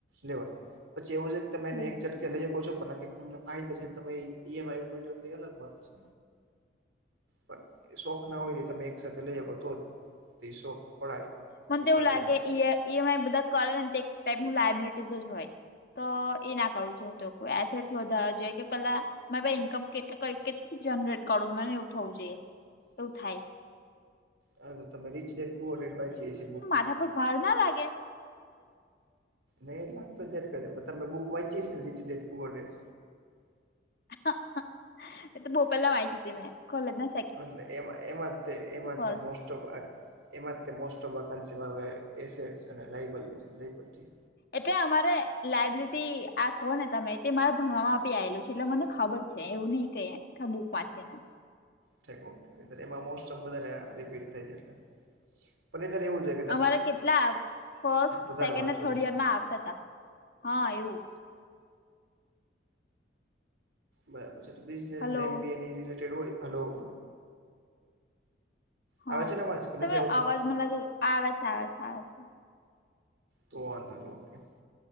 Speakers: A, on the right (about 85°); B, on the left (about 50°).
A: લેવાય. જેવું લે તમે
B: હમ
A: નેચર લઈકો છો, પણ તમને ફાયદો છે, તમે ઈ એમ આઈ ઉપર લ્યોતો એ અલગ વાત છે, પણ શોખના હોયતે તમે એક સાથે લઈ હગો તો જ તે શોખ પડાય.
B: મને
A: કે
B: તો એવુ
A: કરાય
B: લાગે
A: એમ
B: ઈએ ઈ એમ આઈ બધા કરંટ એક ટાઈપનું લાયબિ <unintelligible> હોય તો એના કરાયું જોહું તો આજ વધારવા જોઈએ કે પેલાં મેં ભાઈ ઈનકમ કેટ કેટલી જનરેટ કરું મને એવું થવું જોઈએ એવું થાય.
A: હાતો તમે રીચ ડેટ પૂર ડેટ વાંચી હશે બુકિં
B: હા પણ ભાર ના લાગે.
A: નહીં જ લાગતો તે કરે પણ તમે બુક વાંચીએ છે ને રીચ ડેટ પુવર ડેટ
B: <inaudible> ઈ તો બોવ પેલા વાંચીતી મેં કોલેજના,
A: એટલે એમાં એમાં તે, એમા
B: ફર્સ્ટ
A: તે મોસ એમાં તે મોસ્ટ ઓફ વેકેન્સી આવે એસએસ અને રાયફલ રાઇફલ્ટી
B: એ ક્યાં અમારે લાયબિલિટી આ કોને તમે તે મારા ભણવામાં આપી આવેલું છે, એટલે મને ખબર છે, એવું નહિ કેમ. ઢબુ પાચેના
A: ઠેક ઓમ નેતર એમાં મોસ્ટ ઓફ વધારે રિપીટ થાય છે, એટલે પણ નતર એવુંજો
B: અમારે કેટલા ફર્સ્ટ
A: વધારવા
B: સેકન્ડને થર્ડ
A: જોઈએ
B: યરમાં આપતા હતા હા એવું,
A: બરાબર છે, તો બિઝનેસ
B: હલો
A: નેમ ભી એની રિલેટેડ હોય હાલો.
B: હા
A: આવે છે ને અવાજ કે
B: તમે
A: નથી આવતો
B: અવાજ મને લાગે આવે છે, આવે છે, આવે છે
A: તો વાંધો નહીં, ઓકે